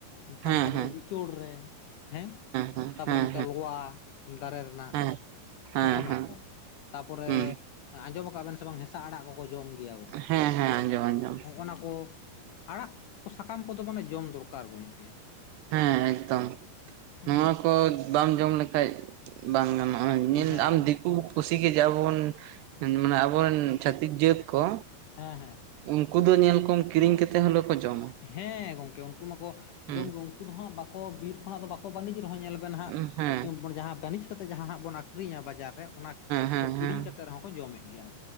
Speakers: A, on the right; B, on the left.
A: ᱦᱮᱸ
B: ᱠᱟᱱᱴᱷᱟᱲ ᱨᱮ
A: ᱦᱮᱸ
B: ᱫᱚ ᱤᱪᱚᱲ ᱨᱮ, ᱦᱮᱸ
A: ᱦᱮᱸ
B: ᱛᱟᱯᱚᱨᱮ
A: ᱦᱮᱸ
B: ᱱᱚᱛᱮ ᱞᱚᱣᱟ, ᱫᱟᱨᱮ ᱨᱮᱱᱟᱜ
A: ᱦᱮᱸ ᱦᱮᱸ ᱦᱮᱸ
B: ᱱᱚᱜᱚ ᱱᱚᱣᱟ
A: ᱦᱮᱸ
B: ᱠᱚ ᱛᱟᱯᱚᱨᱮ
A: ᱦᱩᱸ
B: ᱟᱸᱡᱚᱢ ᱟᱠᱟᱜ ᱵᱮᱱ ᱦᱮᱥᱮ ᱵᱟᱝ ᱦᱮᱥ ᱦᱛᱟ ᱟᱲᱟᱜ ᱠᱚᱠᱚ ᱡᱚᱢ ᱜᱮᱭᱟ ᱜᱚᱝᱠᱮ᱾
A: ᱦᱮᱸ ᱦᱮᱸ ᱟᱸᱡᱚᱢ ᱟᱸᱡᱚᱢ
B: ᱱᱚᱜᱚ ᱱᱟ ᱠᱚ ᱟᱲᱟᱜ ᱠᱚ ᱥᱟᱠᱟᱢ ᱠᱚᱫᱚ ᱢᱟᱱᱮ ᱡᱚᱢ ᱫᱚᱨᱠᱟᱨ ᱜᱚᱝᱠᱮ᱾
A: ᱦᱮᱸ ᱮᱠᱫᱚᱢ,
B: ᱦᱮᱸ
A: ᱱᱚᱣᱟ ᱠᱚ ᱵᱟᱢ ᱡᱚᱢ ᱞᱮᱠᱷᱟᱡ ᱵᱟᱝ ᱜᱟᱱᱚᱜᱼᱟ,
B: ᱦᱮᱸ
A: ᱧᱮᱞ
B: ᱦᱮᱸ
A: ᱟᱢ ᱫᱤᱠᱩ ᱯᱩᱥᱤ ᱜᱮ ᱡᱟ ᱵᱚᱱ, ᱢᱟᱱᱮ ᱟᱵᱚᱨᱮᱱ ᱪᱷᱟᱹᱛᱤᱠ ᱡᱟᱹᱛ ᱠᱚ
B: ᱦᱮᱸ ᱦᱮᱸ᱾
A: ᱩᱱᱠᱩ ᱫᱚ ᱧᱮᱞ ᱠᱚᱢ ᱠᱤᱨᱤᱧ ᱠᱟᱛᱮᱫ ᱦᱚᱞᱮ ᱠᱚ ᱡᱚᱢᱟ᱾
B: ᱦᱮᱸ ᱜᱚᱝᱠᱮ ᱩᱱᱠᱩ ᱢᱟᱠᱚ
A: ᱦᱩᱸ
B: ᱡᱚᱢ ᱜᱮ, ᱩᱱᱠᱩ ᱫᱚ ᱦᱟᱸᱜ ᱵᱟᱠᱚ ᱵᱤᱨ ᱠᱷᱚᱱᱟᱜ ᱫᱚ ᱵᱟᱠᱚ ᱵᱟᱠᱳ ᱵᱟᱱᱤᱡᱽ ᱨᱮᱦᱚᱸ ᱧᱮᱞ ᱵᱮᱱ ᱦᱟᱸᱜ,
A: ᱦᱮᱸ ᱦᱮᱸ
B: ᱮᱨᱯᱚᱨ ᱡᱟᱦᱟᱸ ᱵᱟᱹᱱᱤᱡ ᱠᱟᱛᱮᱜ ᱡᱟᱦᱟᱸ ᱦᱟᱸᱜ ᱵᱚᱱ ᱟᱠᱷᱨᱤᱧᱟ ᱵᱟᱡᱟᱨ ᱨᱮ ᱚᱱᱟ
A: ᱦᱮᱸ
B: ᱠᱚ ᱠᱤᱨᱤᱧ
A: ᱦᱮᱸ
B: ᱠᱟᱛᱮᱜ ᱨᱮᱦᱚᱸ ᱠᱚ ᱡᱚᱢᱮᱫ ᱜᱮᱭᱟ᱾